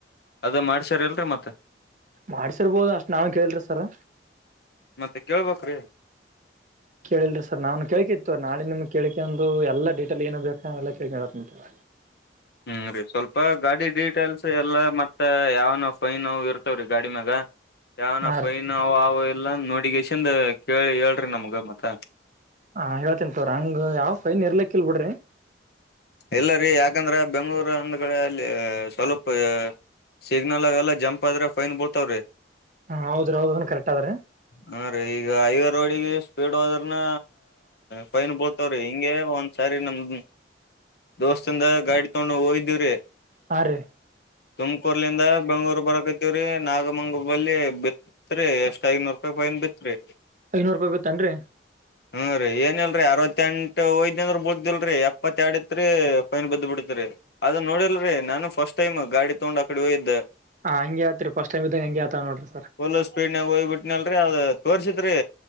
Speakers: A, on the left; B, on the right.
A: ಅದ ಮಾಡ್ಸರ್ ಇಲ್ರಿ ಮತ್ತ್
B: ಮಾಡ್ಸಿರ್ಬೋದು ಅಷ್ಟ್ ನಾವೇನ್ ಕೇಳ್ರಿ ಸರ್
A: ಮತ್ತೆ ಕೇಳಬೇಕ್ರಿ
B: ಕೇಳಲ್ರಿ ಸರ್ ನಾವುನು ಕೇಳಿಕಿತ್ತುವ ನಾಳೆ ನಿಮ್ಗೆ ಕೇಳಿಕ ಅಂದು ಎಲ್ಲಾ ಡಿಟೆಲ್ ಏನು ಬೇಕಾ ಎಲ್ಲಾ ಕೇಳಿ ಹೇಳ ತಿಂತನ
A: ಹ್ಮ್ ರೀ ಸ್ವಲ್ಪ ಗಾಡಿ ಡೀಟೇಲ್ಸ್ ಎಲ್ಲಾ ಮತ್ತ ಯಾವನಾವ್ ಫೈನ್ ಇರ್ತವ್ರೀ ಗಾಡಿ ಮ್ಯಾಗ ಯಾವನ
B: ಹಾ
A: ಫೈನ್
B: ರೀ
A: ಅವ ಅವ ಇಲ್ಲ ನೋಡಗೇಶನ್ ಕೇಳಿ ಹೇಳ್ರಿ ನಮ್ಗ ಮತ್ತ
B: ಹಾ ಹೇಳಿತೇನ್ ತೋರಿ ಹಂಗ ಯಾವ ಫೈನ್ ಇರ್ಲಿಕ್ಕಲ್ ಬಿಡ್ರಿ
A: ಇಲ್ಲರಿ ಯಾಕಂದ್ರ ಬೆಂಗ್ಗಳೂರು ಅಂದ್ ಗಳೇ ಅಲ್ಲಿ ಸ್ವಲ್ಪ ಸಿಗ್ನಲ್ ಅವೆಲ್ಲಾ ಜಂಪ್ ಆದ್ರೆ ಫೈನ್ ಬೀಳ್ತಾವ್ರಿ
B: ಹಾ ಹೌದ್ರ ಹೌದನ್ ಕರೆಕ್ಟ್ ಅದ್ರಿ
A: ಹಾ ರೀ ಈಗ ಹೈವೇ ರೋಡಿಗೆ ಸ್ಪೀಡ್ ಹೋದ್ರನ ಫೈನ್ ಬಿಳ ವ್ರಿ ಹಿಂಗೆ ಒಂದ್ ಸಾರಿ ನಮ್ದ ನಮ್ಮ ದೋಸ್ತದ ಗಾಡಿ ತೊಗೊಂಡು ಹೋಗಿದ್ದೀವ್ರೀ
B: ಹಾ ರಿ
A: ತುಮಕೂರು ಲಿಂದ ಬೆಂಗಳೂರು ಬರಕತಿವ್ರೀ ನಾಗಮಂಗಲ್ಲಿ ಬಲಿ ತ್ರಿ ಎಷ್ಟ್ ಐನೂರು ರೂಪಾಯಿ ಪೈನ್ ಬಿತ್ ರೀ
B: ಐದನೂರ ರೂಪಾಯಿ ಬಿತ್ತ ಅನ್ರಿ
A: ಹುಂ ರಿ ಏನಲ್ರರಿ ಅರ್ವತ್ತೆಂಟು ಹೊಯಿತ್ ಅಂತ ಅಂದ್ರ ಬಿಳುದ್ದಿಲ್ರರಿ ಎಪ್ಪತ್ತ ಎರಡ ತ್ರಿ ಫೈನ್ ಬಿದ್ದ ಬಿಡ್ತರಿ ಅದ ನೋಡಿಲ್ರರಿ ನಾನು ಫಸ್ಟ್ ಟೈಮ್ ಗಾಡಿ ತಗೊಂಡ್ ಆ ಕಡೆ ಹೊಯ್ದ್
B: ಹಾಂ ಹಂಗೆ ಆತ್ರಿ ಪಸ್ಟ್ ಟೈಮ್ ಇದ ಹಂಗೆ ಆತವ ನೋಡ್ರಿ
A: ಫುಲ್ ಸ್ಪೀಡ್ ನಾಗ ಹೋಗ್ಬಿಟ್ಟನಲ್ರರಿ ಅದು ತೋರ್ಸಿತ್ರಿ.